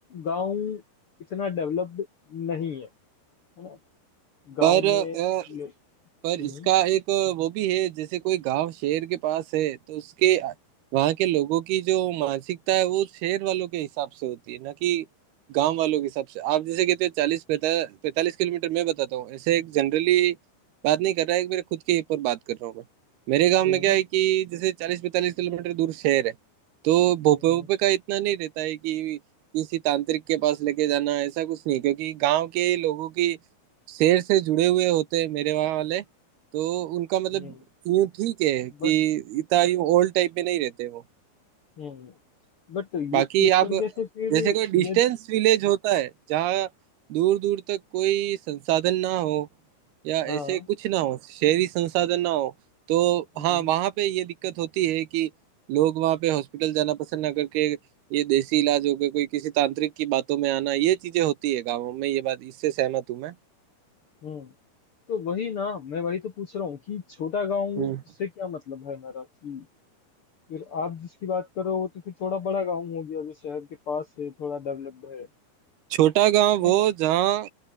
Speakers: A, on the left; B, on the right.
A: गांव इतना डेवलप्ड नहीं है है ना गांव
B: पर अ,
A: में लो-
B: पर
A: हम्म,
B: इसका एक वो भी है जैसे कोई गांव शहर के पास है तो उसके वहां के लोगों की जो मानसिकता है वो शहर वालों के हिसाब से होती है ना कि गांव वालों के हिसाब से आप जैसे कहते हो चालीस पैता पैंतालीस किलोमीटर मैं बताता हूँ ऐसे एक जनरली बात नहीं कर रहा है मेरे खुद के ऊपर बात कर रहा हूँ मैं मेरे गांव
A: हम्म,
B: में क्या है कि जैसे चालीस पैंतालीस किलोमीटर दूर शहर है तो भोपे
A: हम्म,
B: भोपे का इतना नहीं रहता है कि किसी तांत्रिक के पास लेके जाना ऐसा कुछ नहीं क्योंकि गांव के लोगों की शहर से जुड़े हुए होते हैं मेरे वहाँ वाले तो उनका मतलब
A: हम्म,
B: यूं ठीक है कि
A: बट
B: इतना यूं ओल्ड टाइप में नहीं रहते वो
A: हम्म, बट ये
B: बाकी
A: एक
B: आप
A: तरीके से फिर
B: जैसे कोई डिस्टेंस
A: ये देख
B: विलेज होता है जहाँ दूर दूर तक कोई संसाधन ना हो या
A: हाँ
B: ऐसे कुछ ना हो शहरी संसाधन ना हो तो
A: हम्म
B: हाँ वहाँ पे ये दिक्कत होती है कि लोग वहाँ पे हॉस्पिटल जाना पसंद ना करके ये देसी इलाज हो गए कोई किसी तांत्रिक की बातों में आना ये चीजें होती है गाँवों में ये बात इससे सहमत हूँ
A: हम्म तो वही ना मैं वही तो पूछ रहा हूँ कि छोटा गांव
B: मैं
A: से क्या मतलब है मेरा कि फिर आप जिसकी बात करो वो तो फिर थोड़ा बड़ा गांव हो गया जो शहर के पास है थोड़ा डेवलप्ड है
B: छोटा गांव वो
A: मैं
B: जहाँ